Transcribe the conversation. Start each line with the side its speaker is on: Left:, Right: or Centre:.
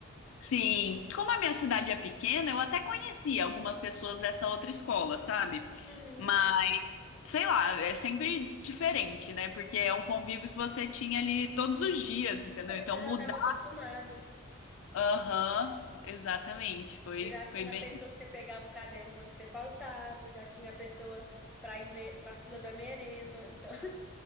Left: Sim, como a minha cidade é pequena, eu até conhecia algumas pessoas dessa outra escola, sabe?
Centre: Uhum.
Left: Mas, sei lá, é sempre diferente, né? Porque é um convívio que você tinha ali todos os dias, entendeu?
Centre: Então,
Left: Então
Centre: você já
Left: mudar.
Centre: estava acostumado.
Left: Aham, exatamente. Foi,
Centre: Você já tinha
Left: foi bem.
Centre: a pessoa que você pegava o caderno quando você faltava, já tinha a pessoa para ir me... para fila da merenda. Então, <laughs>